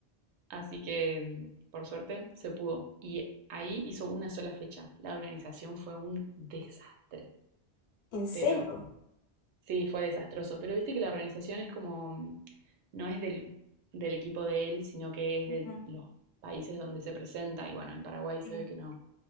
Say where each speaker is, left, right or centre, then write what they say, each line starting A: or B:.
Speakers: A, on the right (about 85°); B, on the left (about 70°).
A: Así que, mm, por suerte, se pudo. Y ahí hizo una sola fecha. La organización fue un desastre,
B: ¿En serio?
A: pero sí, fue desastroso. Pero viste que la organización es como, mm, no es del, del equipo de él, sino que es
B: Ujú.
A: de los países donde se presenta. Y bueno, en Paraguay se
B: Sí.
A: ve que no.